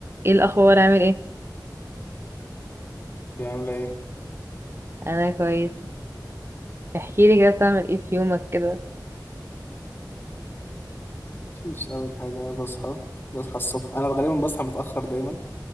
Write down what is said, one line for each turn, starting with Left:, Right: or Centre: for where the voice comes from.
Right: ايه الاخبار عامل ايه
Left: دي عاملة ايه؟
Right: انا كويس احكي لي كده بتعمل ايه في يومك كده
Left: مفيش أول حاجة بصحى بصحى الصبح أنا غالبا بصحى متأخر دايما